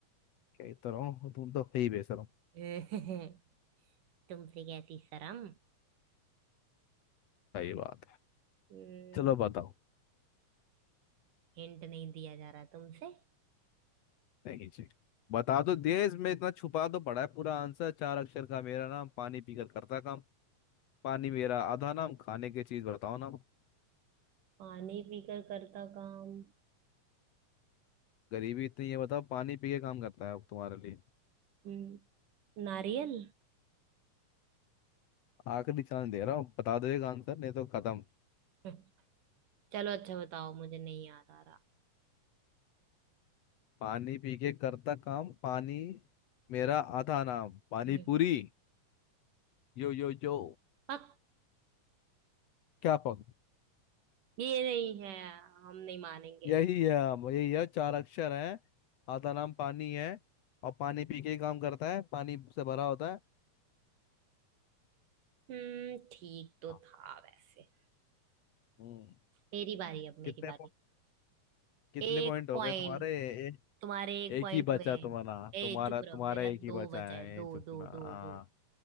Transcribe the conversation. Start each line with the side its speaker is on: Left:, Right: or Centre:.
Left: कह तो रहा हूँ तुम तो ही बेशरम
Right: <laughs> तुमसे कैसी शर्म
Left: सही बात है
Right: हम्म,
Left: चलो बताओ
Right: हिंट नहीं दिया जा रहा तुमसे
Left: नहीं जी बता तो दिए इसमें इतना छुपा तो पड़ा है पूरा आंसर चार अक्षर का मेरा नाम पानी पीकर करता काम पानी मेरा आधा नाम खाने की चीज बताओ ना
Right: पानी पीकर करता काम
Left: गरीबी इतनी है बताओ पानी पी के काम करता है अब तुम्हारे लिए
Right: हम्म, नारियल
Left: आखिरी चांस दे रहा हूँ बता दो एक आंसर नहीं तो खत्म
Right: <laughs> हम्म, चलो अच्छा बताओ मुझे नहीं याद आ रहा
Left: पानी पी के करता काम पानी मेरा आधा नाम पानी
Right: हम्म,
Left: पूरी यो यो यो
Right: पक
Left: क्या पक
Right: ये नहीं है हम नहीं मानेंगे
Left: यही है हम, यही है चार अक्षर है आधा नाम पानी है और पानी पी के ही काम करता है पानी से भरा होता है
Right: हम्म ठीक तो
Left: हाँ।
Right: था वैसे
Left: हम्म
Right: मेरी बारी अब
Left: कितने
Right: मेरी बारी
Left: पो- कितने
Right: एक
Left: पॉइंट हो
Right: पॉइंट
Left: गए तुम्हारे ए,
Right: तुम्हारे एक
Left: एक
Right: पॉइंट
Left: ही बचा
Right: हुए हैं
Left: तुम्हारा
Right: ए
Left: तुम्हारा
Right: चुप
Left: तुम्हारा
Right: रहो मेरा
Left: एक ही
Right: दो
Left: बचा
Right: बचा
Left: है
Right: है दो
Left: ये चुपना
Right: दो दो
Left: हाँ
Right: दो